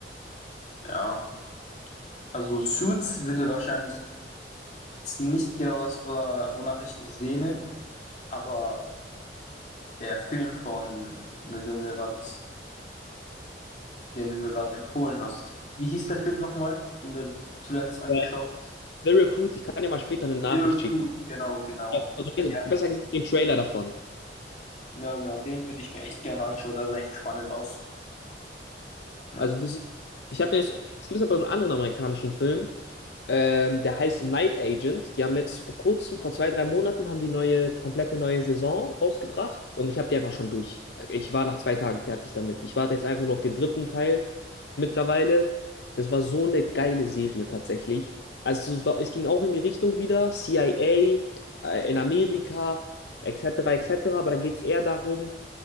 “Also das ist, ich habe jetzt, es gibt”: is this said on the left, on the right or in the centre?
Left